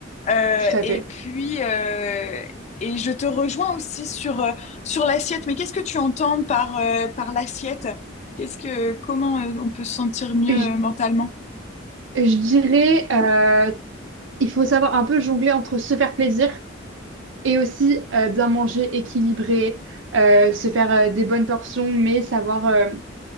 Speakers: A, on the left (about 35°); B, on the right (about 70°).
A: Euh,
B: Tout à
A: et
B: fait.
A: puis, euh, et je te rejoins aussi sur, euh, sur l'assiette. Mais qu'est-ce que tu entends par, euh, par l'assiette? Qu'est-ce que, comment euh, on peut se sentir mieux
B: Je,
A: euh, mentalement?
B: je dirais, euh, il faut savoir un peu jongler entre se faire plaisir et aussi euh, bien manger, équilibrer, euh, se faire euh, des bonnes portions, mais savoir euh,